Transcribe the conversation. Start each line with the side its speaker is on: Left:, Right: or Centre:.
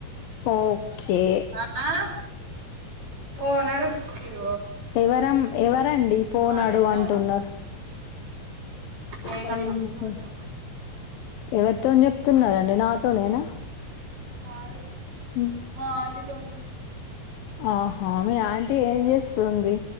Left: ఒకే
Right: ఆ ఫోన్
Left: పోనాడు
Right: అడుగు తిరుగు
Left: ఎవరం ఎవరండి పోనాడు
Right: ఆడే
Left: అంటున్నార్
Right: అవును మేకలు
Left: హు
Right: చూపించు
Left: హూమ్
Right: పోతే
Left: ఎవరితో చెప్తున్నరండి నాతోనేనా
Right: కాలు
Left: హ్మ్
Right: మా ఆంటీతోని
Left: ఆహా మీ ఆంటీ ఏం చేస్తుంది?